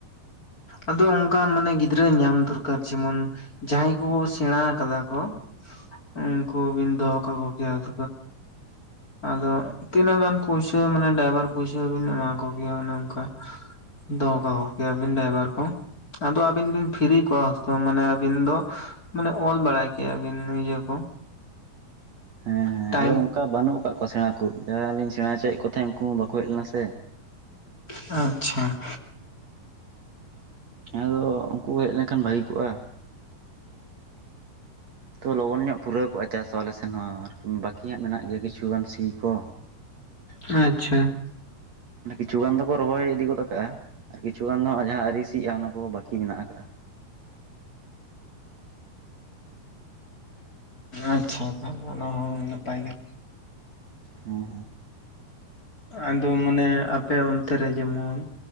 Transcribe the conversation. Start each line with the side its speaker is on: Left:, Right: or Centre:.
Left: ᱟᱫᱚ ᱚᱱᱠᱟ ᱢᱟᱱᱮ ᱜᱤᱫᱽᱨᱟᱹ ᱧᱟᱢ ᱫᱚᱨᱠᱟᱨ ᱡᱮᱢᱚᱱ ᱡᱟᱦᱟᱸᱭ ᱠᱚ ᱥᱮᱬᱟ ᱟᱠᱟᱫᱟ ᱠᱚ᱾ ᱩᱱᱠᱩ ᱵᱤᱱ ᱫᱚᱦᱚ ᱠᱟᱠᱚ ᱠᱮᱭᱟ᱾ <inaudible> ᱟᱫᱚ ᱛᱤᱱᱟᱹᱜ ᱜᱟᱱ ᱯᱩᱭᱥᱟ ᱢᱟᱱᱮ ᱰᱟᱭᱵᱟᱨ ᱯᱩᱭᱥᱟ ᱵᱤᱱ ᱮᱢᱟ ᱠᱚᱜᱮᱭᱟ ᱚᱱᱮ ᱚᱱᱠᱟ᱾ ᱫᱚᱦᱚ ᱠᱟᱠᱚ ᱠᱮᱭᱟᱵᱤᱱ ᱰᱟᱭᱵᱟᱨ ᱟᱫᱚ ᱟᱹᱵᱤᱱ ᱵᱤᱱ ᱯᱷᱨᱤ ᱠᱚᱣᱟ ᱢᱟᱱᱮ ᱟᱵᱤᱱ ᱫᱚ ᱢᱟᱱᱮ ᱚᱞ ᱵᱟᱲᱟᱭ ᱠᱮᱭᱟ ᱵᱤᱱ ᱤᱭᱟᱹ ᱠᱚ
Right: ᱦᱮᱸ ᱦᱮᱸ
Left: ᱴᱟᱭᱤᱢ
Right: ᱟᱫᱚ ᱚᱱᱠᱟ ᱵᱟᱹᱱᱩᱜ ᱟᱠᱟᱫ ᱠᱚᱣᱟ ᱥᱮᱬᱟ ᱠᱚ ᱡᱟᱦᱟᱸᱞᱤᱧ ᱥᱮᱬᱟ ᱚᱪᱚᱭᱮᱫ ᱠᱚ ᱛᱟᱦᱮᱸᱫ ᱩᱱᱠᱩ ᱦᱚᱸ ᱵᱟᱠᱚ ᱦᱮᱡ ᱞᱮᱱᱟ ᱥᱮ
Left: ᱟᱪᱪᱷᱟ
Right: ᱟᱫᱚ ᱩᱱᱠᱩ ᱠᱚ ᱦᱮᱡ ᱞᱮᱱᱠᱷᱟᱱ ᱵᱷᱟᱹᱜᱤ ᱠᱚᱜᱼᱟ᱾ ᱛᱚ ᱞᱚᱜᱚᱱ ᱧᱚᱜ ᱯᱩᱨᱟᱹᱣ ᱠᱚᱜᱼᱟ ᱪᱟᱥ ᱟᱞᱮ ᱥᱮᱱ ᱦᱚᱸ ᱟᱨ ᱵᱟᱹᱠᱤᱭᱟᱜ ᱢᱮᱱᱟᱜ ᱜᱮᱭᱟ ᱠᱤᱪᱷᱩᱜᱟᱱ ᱥᱤ ᱠᱚ᱾
Left: ᱟᱪᱪᱷᱟ
Right: ᱠᱤᱪᱷᱩ ᱜᱟᱱ ᱫᱚᱠᱚ ᱨᱚᱦᱚᱭ ᱤᱫᱤ ᱜᱚᱫ ᱠᱟᱜᱼᱟ ᱟᱨ ᱠᱤᱪᱷᱩ ᱜᱟᱱ ᱫᱚᱜ ᱡᱟᱦᱟᱸ ᱟᱣᱹᱨᱤ ᱥᱤᱜᱼᱟ ᱚᱱᱟ ᱠᱚ ᱵᱟᱠᱤ ᱢᱮᱱᱟᱜ ᱟᱠᱟᱜᱼᱟ᱾
Left: ᱟᱪᱪᱷᱟ <unintelligible> ᱚᱱᱟ ᱦᱚᱸ ᱱᱟᱯᱟᱭ ᱜᱮ᱾
Right: ᱦᱮᱸ ᱦᱮᱸ
Left: ᱟᱫᱚ ᱢᱟᱱᱮ ᱟᱯᱮ ᱚᱱᱛᱮ ᱨᱮ ᱡᱮᱢᱚᱱ